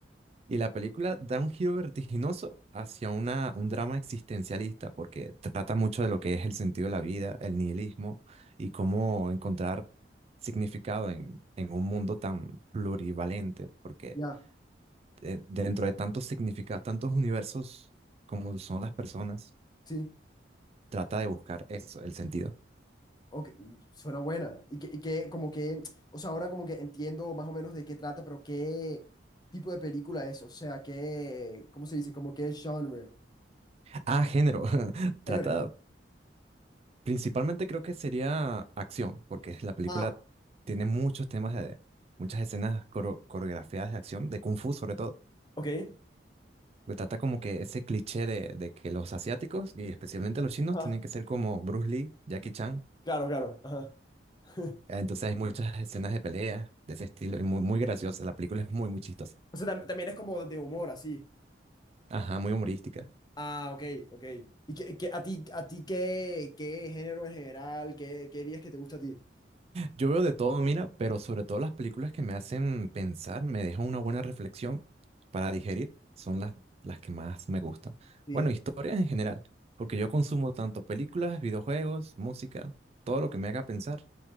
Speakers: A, on the right; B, on the left.
A: Y la película da un giro vertiginoso hacia una, un drama existencialista, porque trata mucho de lo que es el sentido de la vida, el nihilismo y cómo encontrar significado en, en un mundo tan plurivalente, porque
B: ya,
A: eh, dentro de tantos significados, tantos universos como son las personas,
B: sí.
A: trata de buscar eso, el sentido.
B: Ok, suena buena. Y que, y que como que, o sea, ahora como que entiendo más o menos de qué trata, pero qué tipo de película es, o sea, qué, ¿cómo se dice? Como qué genre.
A: Ah, género. <laughs> Trata,
B: Género.
A: principalmente creo que sería acción, porque la película
B: Ah,
A: tiene muchos temas de, muchas escenas coro- coreografiadas de acción, de Kung Fu sobre todo.
B: ok.
A: que trata como que ese cliché de, de que los asiáticos y especialmente los chinos
B: Ah,
A: tienen que ser como Bruce Lee, Jackie Chan.
B: claro, claro. Ajá. <laughs>
A: Eh, Entonces hay muchas escenas de pelea de ese estilo y muy, muy graciosa. La película es muy, muy chistosa.
B: O sea, tam- también es como de humor, así.
A: Ajá, muy humorística.
B: Ah, ok, ok. ¿Y qué, qué- a ti, a ti qué, qué género en general, qué, qué dirías que te gusta a ti?
A: Yo veo de todo, mira, pero sobre todo las películas que me hacen pensar, me dejan una buena reflexión para digerir, son las, las que más me gustan.
B: Sí.
A: Bueno, historias en general, porque yo consumo tanto películas, videojuegos, música, todo lo que me haga pensar